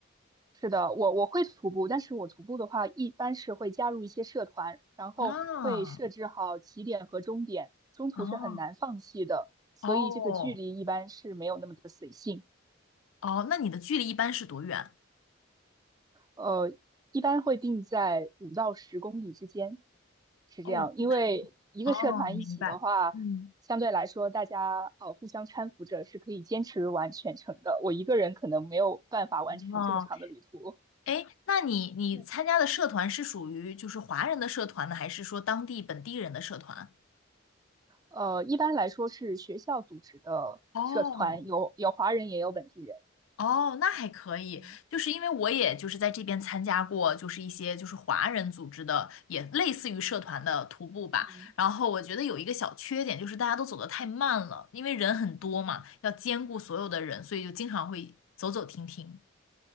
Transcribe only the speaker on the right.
是的，我我会徒步，但是我徒步的话，一般是会加入一些社团，然后会设置好起点和终点，
中途是很难放弃的，
所以这个距离一般是没有那么的随性。
呃，一般会定在五到十公里之间，是这样。
因为一个社团一起的话，
相对来说大家呃互相搀扶着是可以坚持完全程的。我一个人可能没有办法完成这么长的旅途。
对，
呃，一般来说是学校组织的社团，
有有华人也有本地人。
嗯
嗯，
嗯，